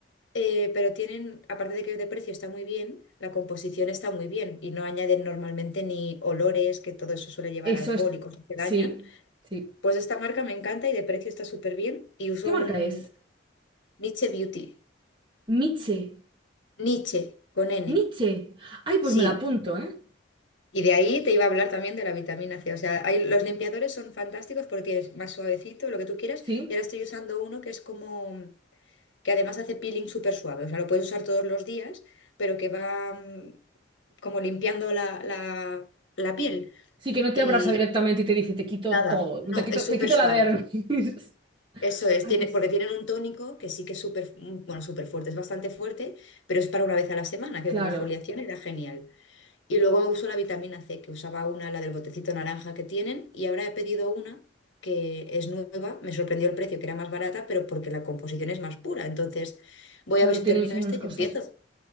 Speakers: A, on the left; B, on the right.
A: eh, pero tienen, aparte de que de precio está muy bien, la composición está muy bien y no añaden normalmente ni olores, que todo eso suele llevar
B: Eso
A: alcohol
B: es,
A: y cosas que
B: sí,
A: dañan,
B: sí.
A: pues esta marca me encanta y de precio está súper bien y uso
B: ¿Qué marca
A: un
B: es?
A: Niche Beauty.
B: Nietzsche,
A: Nietzsche, con N.
B: Nietzsche. Ay, pues
A: Sí,
B: me la apunto, ¿eh?
A: Y de ahí te iba a hablar también de la vitamina C. O sea, hay- los limpiadores son fantásticos porque es más suavecito, lo que tú quieras.
B: Sí.
A: Y ahora estoy usando uno que es como, que además hace peeling súper suave. O sea, lo puedes usar todos los días, pero que va mm, como limpiando la, la- la piel.
B: Sí, que no te
A: sí,
B: abraza directamente y te dice, te quito
A: Y nada,
B: todo, no
A: no,
B: te quito,
A: es
B: te
A: súper
B: quito
A: suave.
B: la dermis. <laughs>
A: Eso es,
B: Ay,
A: tiene,
B: pues,
A: porque tienen un tónico que sí que es súper, mm, bueno, súper fuerte, es bastante fuerte, pero es para una vez a la semana, que
B: claro,
A: como exfoliación era genial. Y luego uso la vitamina C, que usaba una, la del botecito naranja que tienen, y ahora he pedido una que es nueva. Me sorprendió el precio, que era más barata, pero porque la composición es más pura. Entonces, voy
B: claro,
A: a ver si
B: tiene
A: termino
B: muchas menos
A: esta y
B: cosas.
A: empiezo.